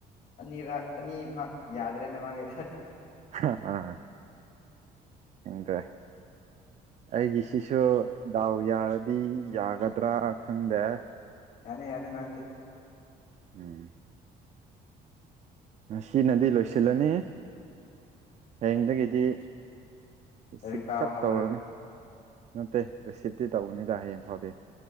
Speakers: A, on the left (about 50°); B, on the right (about 40°).
A: ꯑꯅꯤꯔꯛ ꯑꯅꯤꯃꯛ ꯌꯥꯗ꯭ꯔꯦꯅꯦ ꯃꯥꯒꯤ
B: <unintelligible> ꯑꯥ ꯍꯪꯗ꯭ꯔꯦ ꯑꯩꯒꯤꯁꯤꯁꯨ ꯗꯥꯎ ꯌꯥꯔꯗꯤ ꯌꯥꯒꯗ꯭ꯔꯥ ꯈꯪꯗꯦ
A: ꯌꯥꯅꯤ ꯌꯥꯅꯦ ꯅꯪꯗꯤ
B: ꯎꯝ ꯉꯁꯤꯅꯗꯤ ꯂꯣꯏꯁꯤꯜꯂꯅꯤ ꯍꯌꯦꯡꯗꯒꯤꯗꯤ ꯔꯤꯁꯤꯞ
A: ꯂꯥꯏꯔꯤꯛ ꯄꯥꯕ
B: ꯈꯛ
A: ꯍꯧꯔ
B: ꯇꯧꯔꯅꯤ ꯅꯠꯇꯦ ꯔꯤꯁꯤꯞꯇꯤ ꯇꯧꯕꯅꯤꯗ ꯍꯌꯦꯡ ꯐꯥꯎꯗꯤ